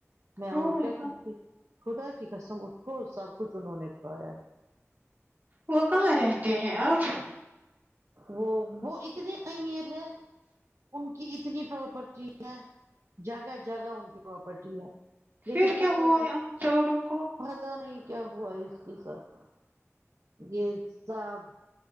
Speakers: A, on the right (about 70°); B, on the right (about 40°).
A: میں
B: ہائے
A: اور کیا
B: ہائے
A: خدا کی قسم اس کو سب کچھ انہوں نے کھایا ہے
B: وہ کہاں رہتے ہیں اب
A: وہ وہ اتنی امیر ہے ان کی اتنی پراپرٹی ہے جگہ جگہ ان کی پراپرٹی ہے لیکن
B: پھر کیا
A: پتہ
B: ہوا
A: نہیں
B: ہے ان چوروں کو
A: پتاہ نہیں کیا ہوا اس کے ساتھ یہ ساب